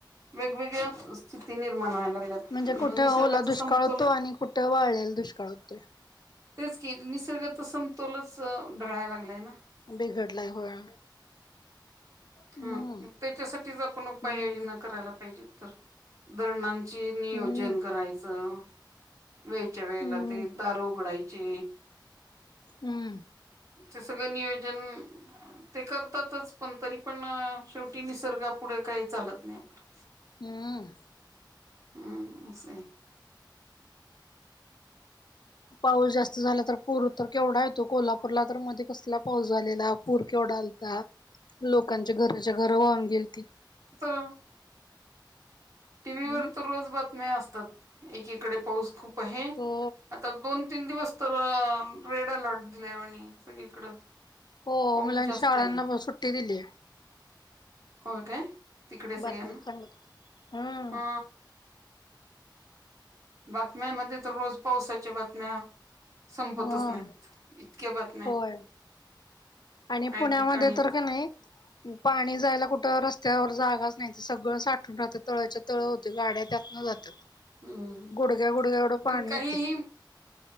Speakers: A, on the right; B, on the left.
A: वेगवेगळ्या स्थिती निर्माण व्हायला लागल्यात
B: म्हणजे कुठं
A: निसर्गाचा
B: ओला दुष्काळ
A: समतोल
B: होतो, आणि कुठं वाळलेला दुष्काळ होतोय. <inaudible>
A: तेचकी निसर्गाच समतोलच ढाळाय लागलाय नां.
B: बिघडलाय होय. हम्म
A: हां मग त्याच्यासाठीच आपण उपाययोजना
B: हम्म
A: करायला पाहिजे तर धरणान ची नियोजन
B: हम्म
A: करायचं. वेळच्या वेळेला
B: हम्म
A: ते दार उघडायची.
B: हुं.
A: ते सगळं नियोजन ते करतातच पण तरी पण शेवटी निसर्गापुढे काही चालत नाही आपल.
B: हुं.
A: हुं असाय.
B: पाऊस जास्त झाला तर पूर तर केवढा येतो कोल्हापूरला तर मध्ये कसला पाऊस झालेला पूर केव डाआलता लोकांच्या घराच्या घर वाहून गेलती.
A: <unintelligible> टीव्ही
B: हम्म
A: व तर रोज बातम्या असतात. एकीकडे पाऊस खूप आहे,
B: हो
A: आता दोन तीन दिवस तर रेड अलॉट दिला आणि सगळीकडं
B: हो
A: पाऊस
B: मुलानी
A: जास्त
B: शाळांना
A: आहे
B: सुट्टी दिली.
A: होय काय तिकडे सगळ्यांना.
B: बातम्यात सांगत होते. हम्म
A: हा. बातम्यामध्ये तर रोज पावसाच्या बातम्या संपतच
B: हम्म
A: नाहीत इतक्या बातम्या.
B: होय आणि
A: काही
B: पुण्यामध्ये
A: ठिकाणी
B: तर का नाही पाणी जायला कुठं रस्त्यावर जागाच नाही. ते सगळं साठून राहत तळच्या तळ होते गाड्या त्यातनं जातात.
A: हम्म
B: गुडग्या गुडग्या डं पाणी
A: पण काहीही
B: होेत.